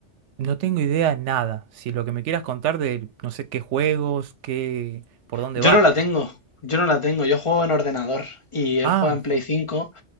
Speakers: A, on the right; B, on the left.
A: no tengo idea nada. Si lo que me quieras contar de, no sé, qué juegos, qué, por dónde
B: Yo
A: va.
B: no la tengo, yo no la tengo. Yo juego en ordenador y él
A: Ah,
B: juega en Play cinco.